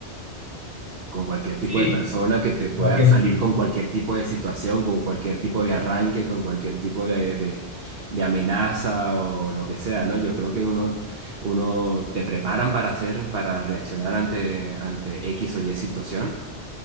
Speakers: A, on the right (about 60°); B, on the right (about 25°).
A: con cualquier tipo
B: Sí,
A: de persona que te pueda
B: cualquier
A: salir
B: tiempo.
A: con cualquier tipo de situación, con cualquier tipo de arranque, con cualquier tipo de, de, de amenaza o lo que sea, ¿no? Yo creo que uno, uno te preparan para hacer, para reaccionar ante, ante X o Y situación.